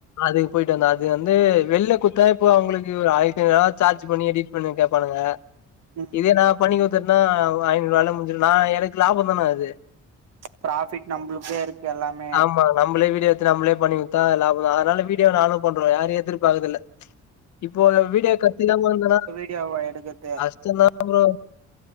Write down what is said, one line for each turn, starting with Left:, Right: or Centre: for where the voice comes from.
Left: அதுக்கு போயிட்டு வந்தே அது வந்து வெளில குடுத்தா இப்போ அவங்களுக்கு ஒரு ஆயிரத்ஐநூறு ரூவா சார்ஜ் பண்ணி எடிட் பண்ண கேப்பபானுக
Right: ம்
Left: இதே நா பண்ணி குடுத்துட்டேன்னா ஐநூறு ரூவால முடிஞ்சிடு நா எனக்கு லாபந்தான அது
Right: ப்ராஃபிட் நம்மளுக்கே இருக்கு எல்லாமே
Left: ஆமா நம்பலே வீடியோ எடுத் து நம்மளே பண்ணி குடுத்தா லாபந்தா அதனால வீடியோ நானு பண்றே யாரையு எதிர்பாக்குறது இல்ல இப்போ அந்த வீடியோ கத்திலா போடணு சொன்னா
Right: எவே எடுக்குறது
Left: கஷ்டந்தா ப்ரோ